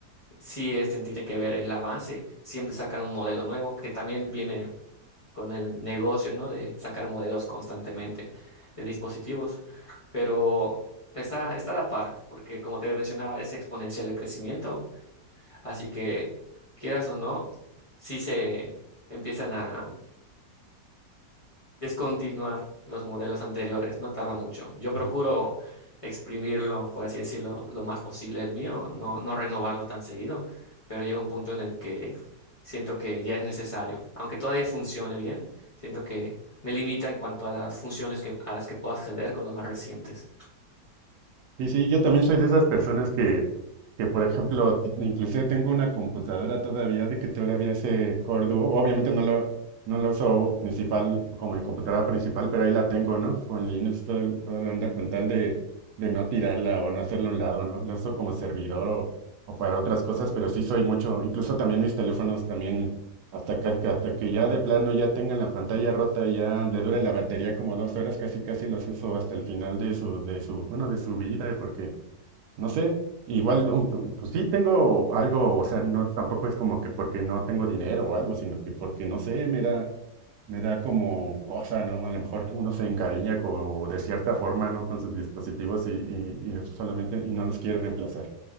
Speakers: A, on the left; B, on the right.
A: Sí, este tiene que ver el avance. Siempre sacan un modelo nuevo que también viene con el negocio, ¿no? De sacar modelos constantemente de dispositivos. Pero está, está a la par, porque como te mencionaba, es exponencial el crecimiento. Así que, quieras o no, sí se empiezan a descontinuar los modelos anteriores, no tarda mucho. Yo
B: Ujú.
A: procuro exprimirlo, por así decirlo, lo más posible el mío, no, no renovarlo tan seguido, pero llega un punto en el que siento que ya es necesario, aunque todavía funcione bien, siento que me limita en cuanto a las funciones que, a las que puedo acceder con los más recientes.
B: Sí, sí, yo también soy de esas personas que, que por ejemplo, ti- inclusive tengo una computadora todavía de que todavía ese Core Duo, obviamente no la, no la uso principal como mi computadora principal, pero ahí la tengo, ¿no? Con Linux, todo el- toda la onda, con tal de, de no tirarla o no hacerla a un lado, ¿no? La uso como servidor o, o para otras cosas, pero sí soy mucho, incluso también mis teléfonos también hasta que, que- hasta que ya de plano ya tengan la pantalla rota y ya le dure la batería como dos horas, casi casi los uso hasta el final de su, de su, bueno, de su vida, porque, no sé, igual, un- un- pues sí tengo algo, o sea, no, tampoco es como que porque no tengo dinero o algo, sino que porque, no sé, me da, me da como cosa, ¿no? A lo mejor uno se encariña con, de cierta forma, ¿no? Con sus dispositivos y, y, y solamente, y no los quiere reemplazar.